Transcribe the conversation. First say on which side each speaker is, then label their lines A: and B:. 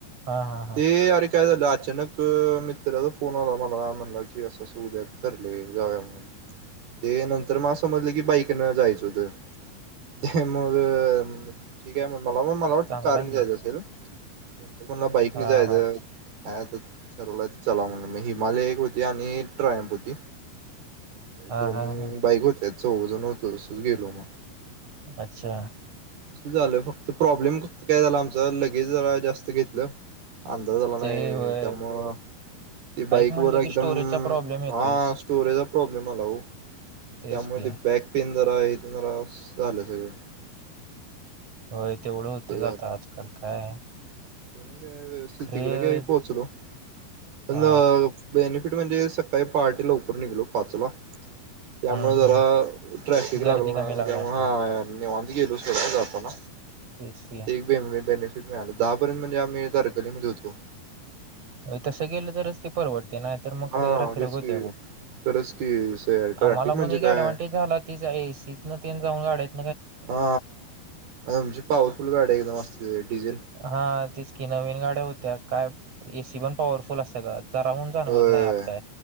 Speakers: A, on the right (about 40°); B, on the right (about 75°).
A: हा हा हा
B: ते अरे काय झालं अचानक मित्र कोणाला मला <unintelligible> अस अस उद्या ठरलय जाऊया म्हणून, ते नंतर मला असं समजलं की बाईकनं जायचं होत. ते मग ठीके म मला म मला वटल
A: चांगला
B: कारन
A: आहे की
B: जायचं असेल. <unintelligible> <inaudible> मला बाईकने
A: हा
B: जायच.
A: हा
B: आता ठरवलाय चला मनून मी हिमालय यानी ट्रमपुती.
A: हा
B: दोन
A: हा हा
B: बाईक होत्या. चौघंजण होतो तसच गेलो मग.
A: अच्छा.
B: झालं फक्त प्रॉब्लेम फक्त काय झाला आमचा लगेज जरा जास्त घेतलं. अंदाज आला
A: ते
B: नाइ
A: होय
B: त्यामुळं ती बाईक
A: म्हणले
B: वर
A: की स्टोरेजचा
B: हम्म
A: प्रॉब्लेम येतोयस
B: हा स्टोरे <unintelligible> प्रोब्लेम आला ओ.
A: तेच
B: त्यामुळे
A: की
B: ते बॅक पेन जरा आहे <unintelligible> झालं सगळं
A: व्हय. तेवढं होतील
B: असं
A: आाता आजकाल काय
B: का व्यवस्थित
A: खरे
B: तिकडे काय पोचलो. <unintelligible> <unintelligible> ट
A: हा
B: म्हणजे सकाळी पहाटे लवकर निघलो पाचला. त्यामुळं
A: हम्म
B: जरा
A: हम्म
B: ट्रॅफिक
A: गर्दी
B: लागलं ना
A: कमी लागली
B: त्यामुळं
A: असणार
B: हा निवांत गेलो सोड जाताना
A: तेच की
B: ते बे मी <unintelligible> <unintelligible> दापर्यंत म्हणजे आमी तारकलीमधे होतो.
A: तसं गेलं तरच ते परवडते. नाइ तर मग
B: हा
A: रखरख
B: तेच
A: होत्या
B: की
A: बघ.
B: खरंच की ट्रॅफिक
A: आम्हाला
B: म्हणजे
A: पण एक
B: काय
A: ऍडव्हनटेज झाला तीजा ए सी तण तेन जाऊन गाड्या हाईत
B: हा आमची पावरफुल गाडी एकदम असली डिजेल
A: हा तेच की नवीन गाड्या होत्या काय ए सी पण पॉवरफुल अस रात जराउन जाणवत
B: होय
A: नाई आत काय,